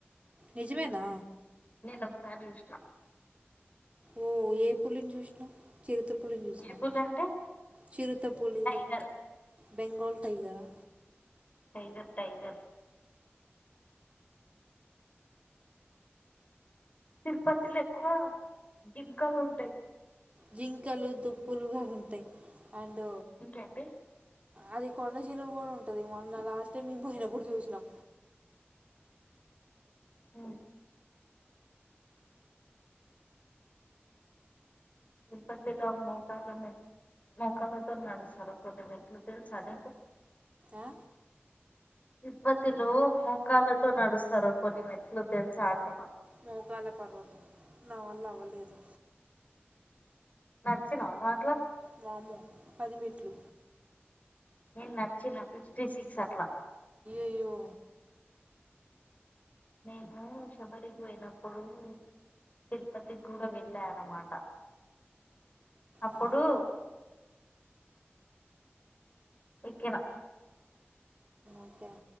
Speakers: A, on the right; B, on the left.
A: నిజమేనా
B: నేను ఒకసారి చూసిన
A: ఓ ఏ పులిని చూసినావ్ చిరుత పులిని చూసినవా
B: ఏపుల్ అంటే
A: చిరుత పులి
B: టైగర్
A: బెంగాల్ టైగర్ ఆ
B: టైగర్ టైగర్ తిరుపతిలో ఎక్కువ జింకలు ఉంటాయి.
A: జింకలు దుప్పులుగా ఉంటాయి. అండ్
B: ఇంకేంటి
A: అది కొండచిలువ కూడా ఉంటది మొన్న లాస్ట్ టైం మేము పోయినప్పుడు చూసినాం
B: హు తిరుపతిలో మోకాలని మోకాలతో నడుస్తారు కొన్ని మేట్లు తెలుసు నీకు
A: ఆ?
B: తిరుపతిలో మోకాలతో నడుస్తారు కొన్ని మేట్లు తెలుసా అంటున్నా
A: మోకాల పర్వతం నా వల్ల అవ్వలేదు
B: నడిచినవా నువ్వు అట్లా
A: వామ్మో పది మేట్లు
B: నేను నడిచ్చిన ఫిఫ్టీ సిక్స్ అట్లా
A: అయ్యో
B: నేను శబరికి పోయినప్పుడు తిరుపతికి కూడా వెళ్ళాను అన్నమాట అప్పుడు
A: ఆ,
B: ఎక్కిన
A: ఓకే